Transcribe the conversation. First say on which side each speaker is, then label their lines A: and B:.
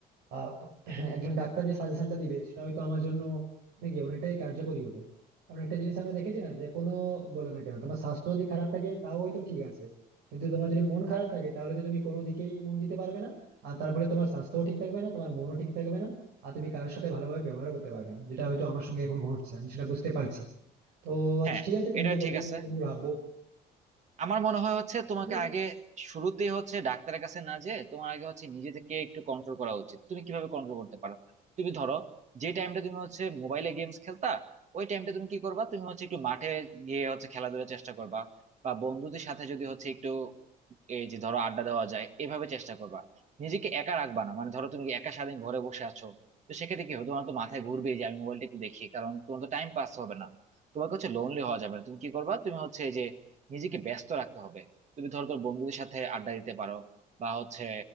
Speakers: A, on the right; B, on the right.
A: আহ, একজন ডাক্তার যে সাজেশনটা দিবে সেটা হয়তো আমার জন্য মানে কি অনেকটাই কার্যকরী হবে কারণ একটা জিনিস আমরা দেখেছি না যে কোনো বলো না কেন তোমার স্বাস্থ্য যদি খারাপ থাকে তাও হয়তো ঠিক আছে কিন্তু তোমার যদি মন খারাপ থাকে তাহলে তো তুমি কোনো দিকেই মন দিতে পারবে না আর তারপরে তোমার স্বাস্থ্যও ঠিক থাকবে না তোমার মনও ঠিক থাকবে না আর তুমি কারোর সাথে ভালোভাবে ব্যবহার করতে পারবে না যেটা হয়তো আমার সঙ্গে এখন ঘটছে আমি সেটা বুঝতে পারছি তো আচ্ছা
B: হ্যাঁ
A: ঠিক আছে তুমি
B: এটা
A: যে
B: ঠিক
A: বললে আমি
B: আছে
A: সেটা নিয়ে ভাববো
B: আমার মনে হয় হচ্ছে
A: বন্ধু,
B: তোমাকে আগে শুরুতেই হচ্ছে ডাক্তারের কাছে না যেয়ে তোমার আগে হচ্ছে নিজেকে একটু কন্ট্রোল করা উচিত তুমি কিভাবে কন্ট্রোল করতে পারো তুমি ধরো যে টাইমটা তুমি হচ্ছে মোবাইলে গেমস খেলতা ওই টাইমটা তুমি কি করবা তুমি হচ্ছে একটু মাঠে গিয়ে হচ্ছে খেলাধুলার চেষ্টা করবা বা বন্ধুদের সাথে যদি হচ্ছে একটু এই যে ধরো আড্ডা দেওয়া যায় এভাবে চেষ্টা করবা নিজেকে একা রাখবা না মানে ধরো তুমি একা সারাদিন ঘরে বসে আছো তো সেক্ষেত্রে কি হবে তোমার তো মাথায় ঘুরবে যে আমি মোবাইলটা একটু দেখি কারণ তোমার তো টাইম পাস হবে না তোমাকে হচ্ছে লোনলি হওয়া যাবে না তুমি কি করবা তুমি হচ্ছে এই যে নিজেকে ব্যস্ত রাখতে হবে তুমি ধরো তোর বন্ধুদের সাথে আড্ডা দিতে পারো বা হচ্ছে